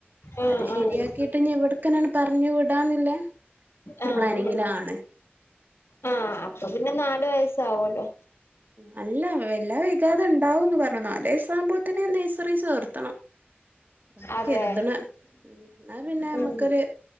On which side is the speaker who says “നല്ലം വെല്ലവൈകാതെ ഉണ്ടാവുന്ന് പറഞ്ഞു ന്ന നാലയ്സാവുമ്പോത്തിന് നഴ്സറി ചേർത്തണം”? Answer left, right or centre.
Right